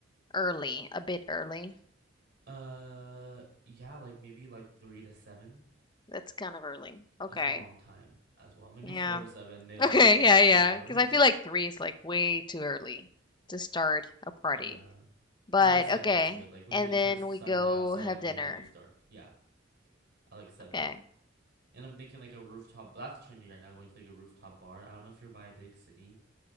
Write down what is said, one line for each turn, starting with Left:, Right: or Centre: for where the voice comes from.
Left: early, a bit early.
Right: Uh, yeah, like maybe like three to seven.
Left: That's kind of early. Okay.
Right: That's a long time as well. Maybe
Left: Yeah.
Right: four to
Left: <laughs>
Right: seven. Not
Left: Okay.
Right: four
Left: Yeah.
Right: hours,
Left: Yeah.
Right: three hours.
Left: Because I feel like three is like way too early to start a party.
Right: Yeah.
Left: But
Right: Four to seven
Left: okay.
Right: is good. Like when
Left: And
Right: you enter
Left: then
Right: it's sunlight
Left: we go
Right: outside
Left: have
Right: and when
Left: dinner.
Right: you leave it's dark. Yeah. I like seven.
Left: Okay.
Right: And I'm thinking like a rooftop that's trendy right now, going to like a rooftop bar. I don't know if you're by a big city,